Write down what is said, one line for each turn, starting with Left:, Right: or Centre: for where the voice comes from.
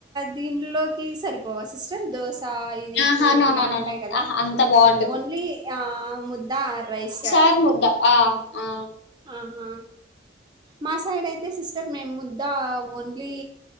Right: దీంట్లోకి సరిపోవా సిస్టర్ దోశ సా ఇది
Left: ఆహా
Right: పూరి
Left: నో
Right: ఇలా
Left: నో నో
Right: ఉంటాయి
Left: నో
Right: కదా
Left: ఆహా అంత బాగుండదు
Right: ఓన్లీ ఆ ముద్ద రైస్
Left: ఆరు ముద్ద ఆ అ
Right: ఆహా మా సైడ్ అయితే సిస్టర్ మేము ముద్ద ఓన్లీ